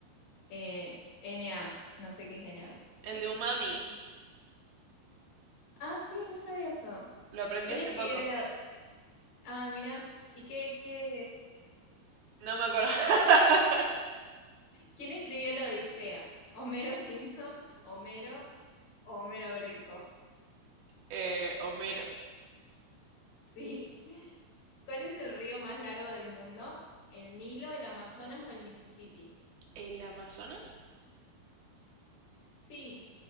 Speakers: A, on the left; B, on the right.
A: Eh, N A no sé qué es N A
B: el de umami.
A: Ah, sí, no sabía eso.
B: Lo aprendí
A: ¿Quién
B: hace
A: escribió
B: poco.
A: la... Ah, mira. ¿Y qué, qué?
B: No me acuerdo. <laughs>
A: ¿Quién escribió la Odisea? ¿Homero Simpson? ¿Homero o Homero Greco?
B: Eh, Homero.
A: Sí. ¿Cuál es el río más largo del mundo? ¿El Nilo, el Amazonas o el Mississippi?
B: ¿El Amazonas?
A: Sí.